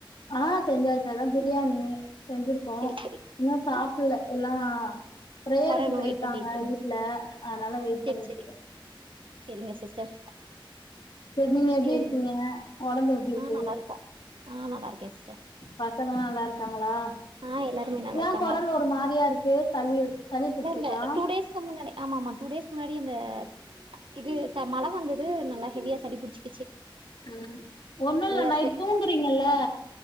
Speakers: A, on the left; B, on the right.
A: ஆ செஞ்சாச்சு அதா பிரியாணி செஞ்சிரு
B: செரி செ
A: இன்னும் சாப்பல எல்லாம் பிரேயருக்கு
B: வரணு
A: பெயிருக்காங்க
B: வெயிட் பண்ணிட்ருக்கீங்க
A: வீட்ல அதனால வெயி
B: செரி
A: பண்ணிட்ருக்கே
B: செரி செரிங்க சிஸ்டர்
A: செரி நீங்க
B: சேரிங்க
A: எப்டி இருக்கீங்க ஒடம்பு எப்டி இருக்கு
B: ஆ நல்லாருக்கோ ஆ நல்லா இருக்கே சிஸ்டர்
A: பசங்கல்லா நல்லா இருக்காங்களா
B: ஆ எல்லாருமே நல்லாருக்காங்க
A: ஏன் குரல் ஒரு மாரியா இருக்கு சளி புடிச்சிருக்கா
B: இல்ல இல்ல டூ டேஸ் க்கு முன்னாடி ஆமா ஆ டூ டேஸ் முன்னாடி அந்த இது மழ வந்தது நல்லா ஹெவியா சளி பிடிச்சு
A: ம் ஒன்னும் இல்ல நைட்
B: இருக்கு
A: தூங்குறீங்கல்ல